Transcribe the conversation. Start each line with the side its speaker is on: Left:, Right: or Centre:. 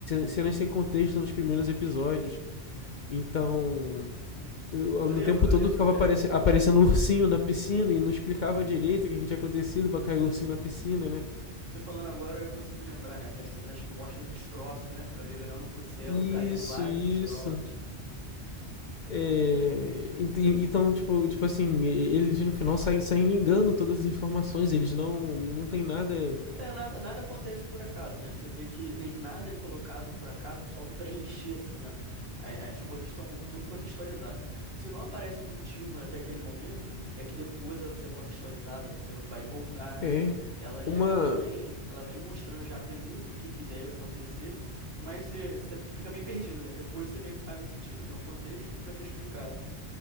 Left: cenas sem contexto nos primeiros episódios. Então. No
Right: Eu lembro,
Left: tempo
Right: eu
Left: todo
Right: lembro.
Left: ficava
Right: é,
Left: aparecendo aparecendo ursinho na piscina e não explicava direito o que, que tinha acontecido pra cair o ursinho na piscina, né?
Right: Você falando agora, eu consigo lembrar, né? Essas cenas que mostram os destroços, né? Eu olhei olhando pro céu
Left: Isso,
Right: e caindo vários
Left: isso.
Right: destroços.
Left: É, então, tipo, tipo assim, eles no final saem, saem ligando todas as informações, eles não, não tem nada.
Right: É, nada, nada acontece por acaso, né? Você vê que nem, nada é colocado por acaso só para preencher a cena. A- As coisas são tudo contextualizadas. Se não aparece um motivo até aquele momento, é que depois ela vai ser contextualizada, você vai voltar, né?
Left: É.
Right: Ela, já-
Left: Uma,
Right: ela vem, ela vem mostrando já a premissa, o que que deve acontecer, mas você, você fica meio perdido, né? Depois você vê que faz um sentido, tem um contexto que vai ser explicado.